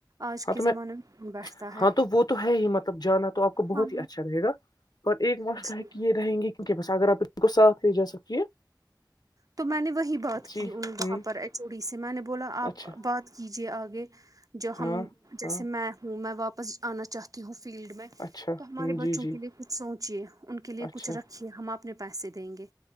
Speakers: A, on the right; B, on the left.
A: آج
B: ہاں
A: کے
B: تو میں
A: زمانے کون بیٹھتا ہے
B: ہاں تو وہ تو ہے ہی مطلب جانا تو آپ بہت
A: ہاں
B: ہی اچھا رہے گا اور ایک مسئلہ
A: جی
B: کہ یہ رہیں گی کہ اوکے بس اگر آپ ان کو ساتھ لے جا سکتی ہے
A: تو میں نے وہی بات
B: جی
A: کی وہاں
B: ہوں
A: پر ایچو ڈی سے میں نے بولا آپ
B: اچھا
A: بات کیجے آگے جو ہم
B: ہاں
A: جیسے
B: ہاں
A: میں ہوں میں واپس جانا چاہتی ہوں فیلڈ میں
B: اچھا
A: تو ہمارے
B: ہ
A: بچوں
B: جی جی
A: کے لیے کچھ سوچے ان کے لیے
B: اچھا
A: کچھ رکھ ہم اپنے پیسے دیں گے